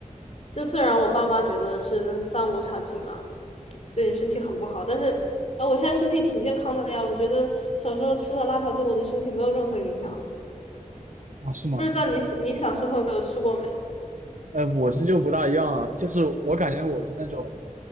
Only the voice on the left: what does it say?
这虽然我爸妈觉得是三无产品啊，对你身体很不好，但是呃，我现在身体挺健康的呀。我觉得小时候吃的辣条对我的身体没有任何影响。
不知道你你小时候有吃过没？